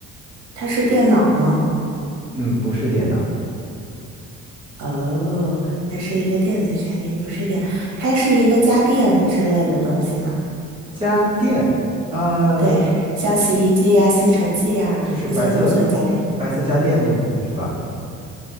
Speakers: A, on the right; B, on the right.
A: 它是电脑吗？
B: 嗯，不是电脑，
A: 哦，它是一个电子产品，不是电，它是一个家电之类的东西嘛？
B: 家电。呃，
A: 对，像洗衣机呀、吸尘器呀，
B: 就是白色，
A: 这些都算家电。
B: 白色家电那种的是吧？